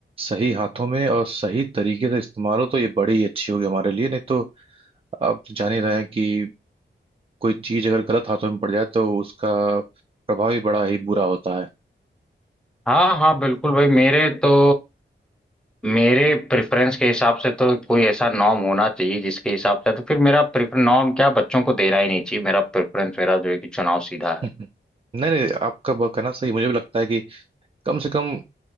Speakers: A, on the right; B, in the centre.
A: सही हाथों में और सही तरीके से इस्तेमाल हो तो ये बड़ी ही अच्छी होगी हमारे लिए नहीं तो आप तो जान ही रहे हैं कि कोई चीज अगर गलत हाथों में पड़ जाए तो उसका प्रभाव ही बड़ा ही बुरा होता है
B: हाँ हाँ बिल्कुल भाई मेरे तो मेरे प्रेफरेंस के हिसाब से तो कोई ऐसा नॉर्म होना चाहिए जिसके हिसाब से तो फिर मेरा प्रेफर नॉर्म क्या बच्चों को देना ही नहीं चाहिए मेरा प्रेफरेंस मेरा जो है कि चुनाव सीधा है
A: <laughs> नहीं नहीं आपका ब- कहना सही मुझे भी लगता है कि कम से कम